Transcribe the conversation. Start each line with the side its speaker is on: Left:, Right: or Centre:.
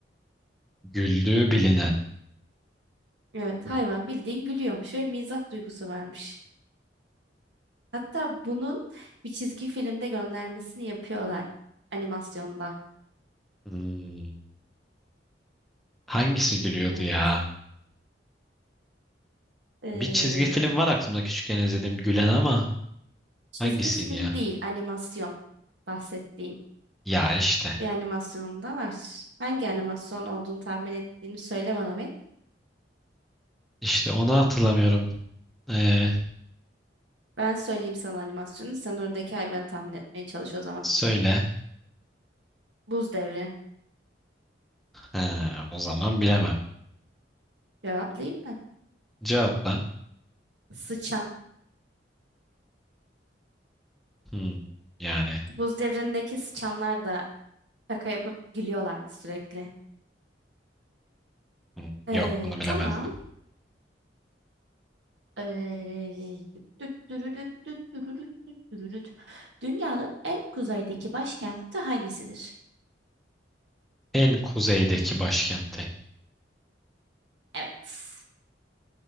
Centre: Güldüğü bilinen.
Right: Evet, hayvan bildiğin gülüyormuş ve mizah duygusu varmış. Hatta bunun bir çizgi filmde göndermesini yapıyorlar animasyonda.
Centre: Hmm, hangisi gülüyordu
Right: Evet.
Centre: ya?
Right: Ee,
Centre: Bir çizgi film var aklımda küçükken izlediğim gülen ama
Right: çizgi
Centre: hangisiydi
Right: film
Centre: ya?
Right: değil, animasyon bahsettiğim
Centre: Ya işte.
Right: bir animasyon da var. Hangi animasyon olduğunu tahmin ettiğini söyle bana bir.
Centre: İşte onu hatırlamıyorum. Ee,
Right: Ben söyleyeyim sana animasyonu. Sen oradaki hayvanı tahmin etmeye çalış o zaman.
Centre: söyle.
Right: Buz devri.
Centre: Ha, o zaman bilemem.
Right: Cevaplayayım mı?
Centre: Cevapla.
Right: Sıçan.
Centre: Hmm, yani
Right: Buz devrindeki sıçanlar da şaka yapıp gülüyorlardı sürekli.
Centre: aklım
Right: Ee,
Centre: yok bunu bilemezdim.
Right: tamam. Ee, düt dürüdüt düt dürüdüt düt dürüdüt. Dünyanın en kuzeydeki başkenti hangisidir?
Centre: En kuzeydeki başkenti.
Right: Evet.